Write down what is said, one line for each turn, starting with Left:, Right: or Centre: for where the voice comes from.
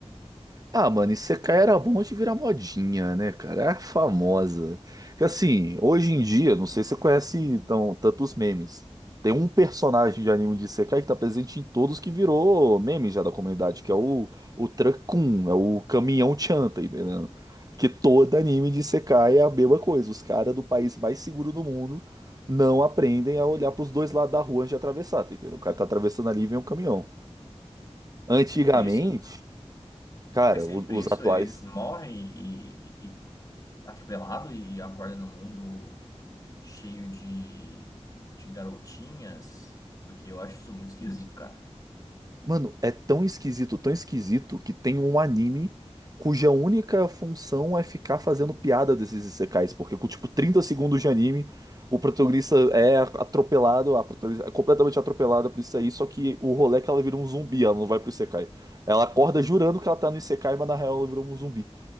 Right: Ah, mano, Isekai era bom de virar modinha, né, cara? Era famosa. Porque, assim, hoje em dia, não sei se você conhece então tantos memes. Tem um personagem de anime de Isekai que tá presente em todos que virou meme já da comunidade, que é o, o Kun, é o caminhão Chan, tá entendendo? Que todo anime de Isekai é a mesma coisa. Os caras do país mais seguro do mundo não aprendem a olhar pros dois lados da rua antes de atravessar, tá entendendo? O cara tá atravessando ali e vem um caminhão. Antigamente,
Left: Sempre isso?
Right: cara,
Left: É sempre
Right: o- os
Left: isso?
Right: atuais.
Left: Eles morrem e, e, e atropelado e acordam num mundo cheio de, de garotinhas? Porque eu acho isso muito esquisito, cara.
Right: Mano, é tão esquisito, tão esquisito, que tem um anime cuja única função é ficar fazendo piada desses isekais, porque com tipo 30 segundos de anime, o protagonista é atropelado, a protagonista é completamente atropelada por isso aí, só que o rolê é que ela vira um zumbi, ela não vai pro isekai. Ela acorda jurando que ela tá no isekai, mas na real ela virou um zumbi.